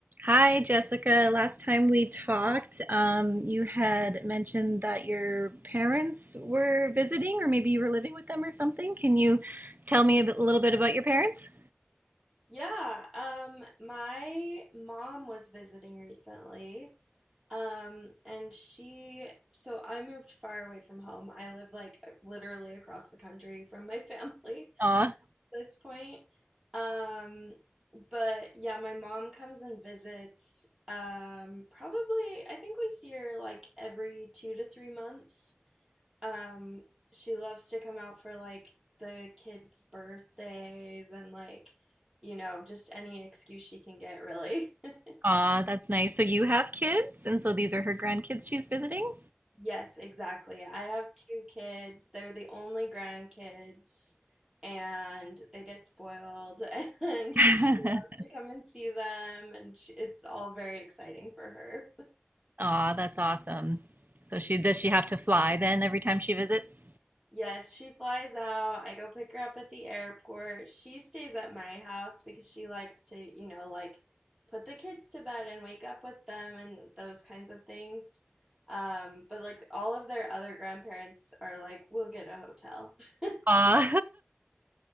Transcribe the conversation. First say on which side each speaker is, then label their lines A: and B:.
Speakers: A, on the right; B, on the right.
A: Hi, Jessica. Last time we talked, um, you had mentioned that your parents were visiting, or maybe you were living with them or something. Can you tell me a bit, a little bit about your parents?
B: Yeah, um, my mom was visiting recently. Um, and she, so I moved far away from home. I live like literally across the country from my family
A: Aw,
B: <laughs> at this point. Um, but yeah, my mom comes and visits. Um, probably, I think we see her like every two to three months um, she loves to come out for like the kids' birthdays and like, you know, just any excuse she can get, really. <laughs>
A: aw, that's nice. So you have kids, and so these are her grandkids she's visiting?
B: Yes, exactly. I have two kids. They're the only grandkids, and they get spoiled. <laughs> And
A: Aw,
B: she loves to come and see them, and she, it's all very exciting for her.
A: <laughs> Aw, that's awesome. So she does she have to fly then every time she visits?
B: Yes, she flies out. I go pick her up at the airport. She stays at my house because she likes to, you know, like put the kids to bed and wake up with them and those kinds of things. Um, but like all of their other grandparents are like, we'll get a hotel. <laughs>
A: Aw.